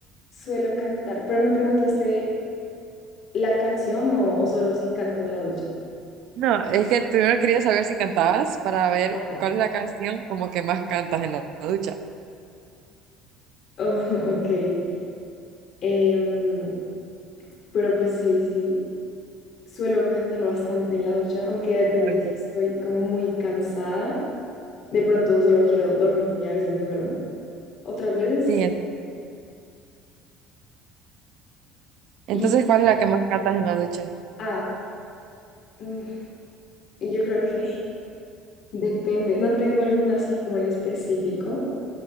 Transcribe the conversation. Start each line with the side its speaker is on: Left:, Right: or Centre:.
Left: suelo cantar, pero me preguntaste la canción o, o solo si canto en la ducha.
Right: No, es que primero quería saber si cantabas para ver
Left: Ok.
Right: cuál es la canción como que más cantas en la ducha.
Left: Oh, <laughs> ok. Em, pero pues sí, sí, suelo cantar bastante en la ducha, aunque depende
Right: Ok.
Left: si estoy como muy cansada. De pronto solo quiero dormir y a veces me duermo. Otras veces
Right: Sí,
Left: sí.
Right: Entonces,
Left: Y,
Right: ¿cuál es la que más cantas en la ducha?
Left: ah, mm, y yo creo que <laughs> depende. No tengo alguna así como en específico,